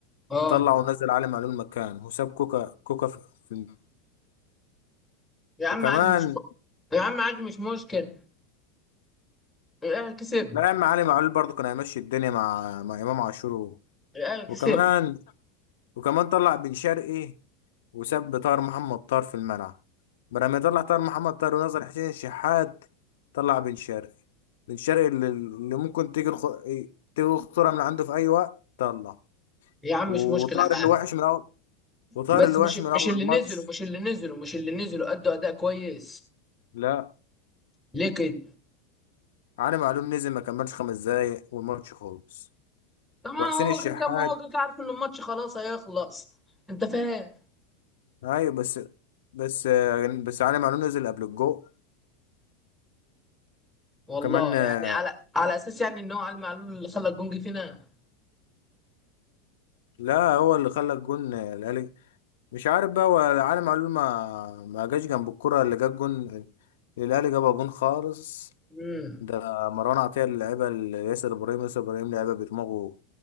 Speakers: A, in the centre; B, on the left (about 80°).
A: اه
B: طلع ونزل علي معلول مكان وساب كوكا كوكا في في الم-
A: يا عم
B: وكمان
A: عادي مش يا عم عادي مش مشكل الاهلي كسب
B: لا يا عم علي معلول برضو كان هيمشي الدنيا مع مع امام عاشور و-
A: الاهلي كسب
B: وكمان وكمان طلع بن شرقي وساب طاهر محمد طاهر في الملعب بدل ما يطلع طاهر محمد طاهر ونظر حسين الشحات طلع بن شرقي بن شرقي اللي, اللي ممكن تيجي الخ... تيجي الخطوره من عنده في اي وقت طلع
A: يا عم
B: وطاهر
A: مش مشكلة عادي
B: اللي وحش من اول وطاهر
A: بس
B: اللي
A: مش
B: وحش من اول
A: مش اللي
B: الماتش
A: نزلوا مش اللي نزلوا مش اللي نزلوا ادوا اداء كويس
B: لا
A: ليه كده
B: علي معلول نزل ما كملش خمس دقايق والماتش خلص
A: طبعا
B: وحسين
A: هو
B: الشحات
A: كده كان ما هو كده كده عارف ان الماتش خلاص هيخلص انت فاهم
B: ايوه بس بس آه، بس علي معلول نزل قبل الجو
A: والله
B: كمان آه،
A: يعني على على اساس يعني ان هو علي معلول اللي خلى الجونج فينا
B: لا هو اللي خلى الجون الاهلي مش عارف بقى هو علي معلول ما ما جاش جنب الكرة اللي جاب جون الاهلي جابها جون خالص
A: امم
B: ده مروان عطية اللي لعبها لياسر ابراهيم ياسر ابراهيم لعبها بدماغه